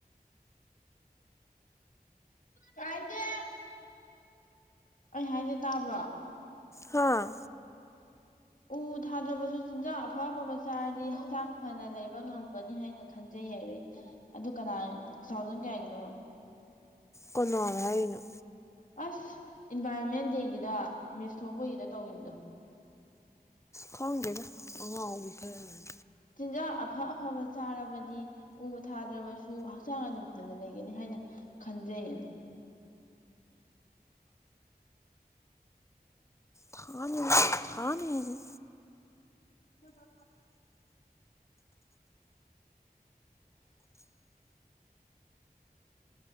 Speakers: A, on the left; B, on the left.
A: ꯀꯥꯏ ꯀ ꯑꯩ ꯍꯥꯏꯖꯦ ꯇꯥꯕ꯭ꯔꯣ
B: ꯍꯥꯥ
A: ꯎ ꯊꯥꯗ꯭ꯔꯕꯁꯨ ꯆꯤꯟꯖꯥꯛ ꯑꯐ ꯑꯐꯕ ꯆꯥꯔꯗꯤ ꯍꯛꯆꯥꯡ ꯐꯅ ꯂꯩꯕ ꯉꯝꯒꯅꯤ ꯍꯥꯏꯅ ꯈꯟꯖꯩ ꯍꯥꯏ ꯑꯗꯨ ꯀꯅꯥ ꯊꯥꯎꯖꯟ ꯀꯌꯥꯒꯤꯅꯣ
B: ꯀꯣꯅꯥꯜ ꯍꯥꯏꯔꯤꯅꯨ
A: ꯑꯁ ꯏꯟꯚꯥꯏꯔꯣꯟꯃꯦꯟ ꯗꯦꯒꯤꯗ ꯃꯤꯁ ꯊꯣꯛꯄꯒꯤꯗ ꯇꯧꯗꯣ
B: ꯈꯥꯡꯒꯦꯗ ꯑꯉ ꯈꯔ
A: ꯆꯤꯟꯖꯥꯛ ꯑꯐ ꯑꯐꯕ ꯆꯥꯔꯕꯗꯤ ꯎ ꯊꯥꯗ꯭ꯔꯕꯁꯨ ꯍꯛꯆꯥꯡ ꯑꯗꯨꯝ ꯐꯅ ꯂꯩꯒꯅꯤ ꯍꯥꯏꯅ ꯈꯟꯖꯌꯦꯟ
B: ꯊꯥꯅꯤ ꯊꯥꯅꯤ ꯍꯥꯏꯁꯦ
A: ꯍ ꯈ